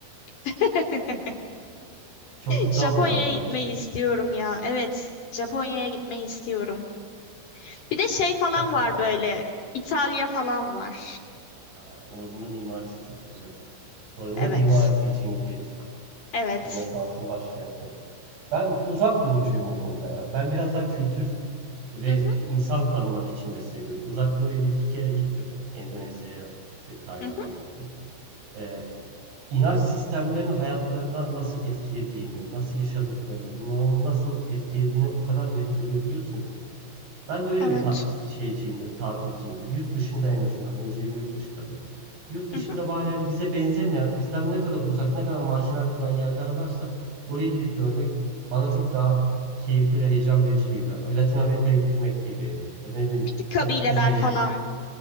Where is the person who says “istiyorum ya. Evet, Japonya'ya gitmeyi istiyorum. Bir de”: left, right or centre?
Left